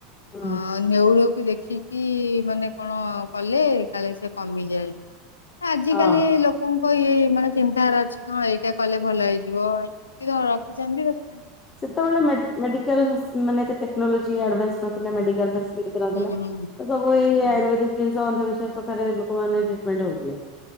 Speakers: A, on the left; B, on the left.
A: ହୁଁ
B: ଅଁ ନେଉଳକୁ ଦେଖିକି ମାନେ କଣ କଲେ କାଳେ ସେ କମିଯାଏ। ଏ ଆଜିକାଲି
A: ହଁ
B: ଲୋକଙ୍କ ଇଏ ମାନେ ଚିନ୍ତା ଧାରା ଅଛି କି ହଁ ଏଇଟା କଲେ ଭଲ ହେଇଯିବ। ର ର ରଖିଚନ୍ତି ଦଶ ମିଣ୍ଟି
A: ସେତବେଳେ ମେ ମେଡିକାଲ ହାସ୍ ମାନେ ଏତେ ଟେକ୍ନୋଲୋଜି ଆଡଭାନ୍ସ ନଥିଲା ମେଡିକାଲ୍ ଫାସ୍ ବି ଏତେ ନଥିଲା।
B: ହୁଁ ହୁଁ
A: ତ ସବୁ ଏଇ
B: ହୁଁ
A: ଆୟୁର୍ବେଦିକ ଜିନିଷ ଅନ୍ଧବିଶ୍ୱାସ କଥାରେ ଲୋକମାନେ ଟ୍ରିଟମେଣ୍ଟ ହଉଥୁଲେ।